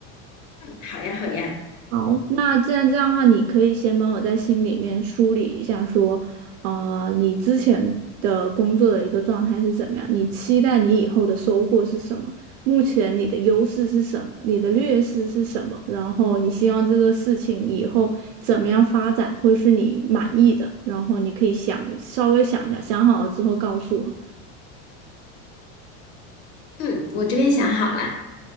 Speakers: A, on the left (about 80°); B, on the right (about 80°).
A: 嗯，好呀，好呀。
B: 好，那既然这样的话，你可以先帮我在心里面梳理一下，说，呃，你之前的工作的一个状态是怎么样？你期待你以后的收获是什么？目前你的优势是什么？你的劣势是什么？然后你希望这个事情以后怎么样发展，会是你满意的？然后你可以想一，稍微想一下，想好了之后告诉我。
A: 嗯，我这边想好了，